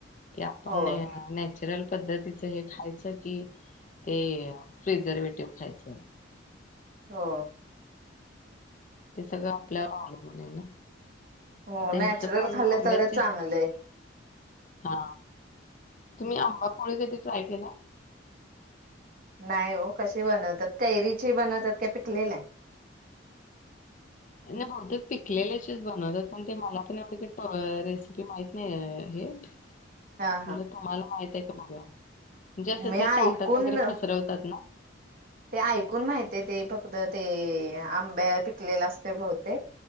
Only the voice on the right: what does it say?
होय
हो.
हो
नॅचरल
खाल्ले
तरच चांगले
नाही ओ, कशी बनवतात कैरीची बनवतात का पिक कलेल्या?
हा हा
मी
ऐकून
ते ऐकून माहित ते प ण ते आंबा पिकलेला असतय बहुतेक.